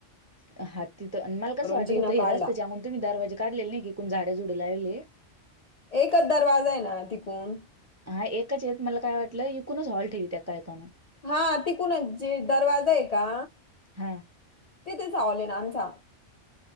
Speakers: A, on the right (about 25°); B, on the left (about 50°).
A: ह. हा तिथं आणि मला कं वाटत
B: जिना
A: हों हेिराचत
B: काढला
A: त्याच्याममुळे तुम्हीरवाजे काढले नाही की कोण झाडजुड लावले.
B: एकच दरवाजा आहे ना तिकून.
A: हा एकच येत मला काय वाटलं इिकूनच हॉल ठेवी त्या कायत म्हणून.
B: हा तिकून जे दरवाजा आहे का.
A: हा
B: ते त्याचा ले ना आमचा.